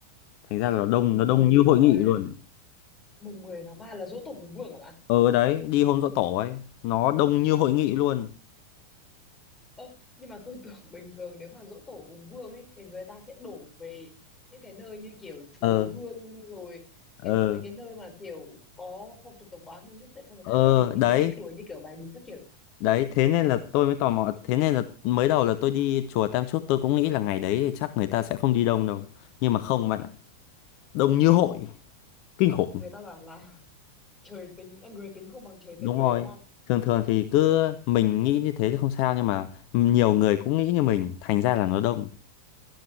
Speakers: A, on the left (about 45°); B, on the left (about 15°).
A: Thành ra là đông
B: mùng
A: nó đông
B: mười
A: như
B: tháng
A: hội nghị
B: ba
A: luôn.
B: mùng 10 tháng 3 là giỗ tổ Hùng Vương hả bạn?
A: Ờ đấy, đi hôm giỗ tổ ấy, nó đông như hội nghị luôn.
B: Ơ, nhưng mà tôi <laughs> tưởng bình thường nếu mà giỗ tổ Hùng Vương ấy thì người ta sẽ đổ về những cái nơi như kiểu chùa
A: Ờ
B: Hương rồi cái
A: ờ
B: mấy cái nơi mà kiểu có phong tục tập quán hơn chứ tại sao người
A: ờ
B: ta lại đổ đi
A: đấy,
B: những cái chùa như kiểu Bái Đính các kiểu nhỉ?
A: đấy thế nên là tôi mới tò mò, thế nên là mới đầu là tôi đi chùa Tam Chốt tôi cũng nghĩ là ngày đấy thì chắc người ta sẽ không đi đông đâu. Nhưng mà không bạn ạ, đông như hội, kinh khủng.
B: Người ta bảo là <laughs> trời tính à, người tính không bằng trời
A: Đúng
B: tính ấy
A: rồi.
B: đúng không?
A: Thường thường thì cứ mình nghĩ như thế thì không sao nhưng mà nhiều người cũng nghĩ như mình, thành ra là nó đông.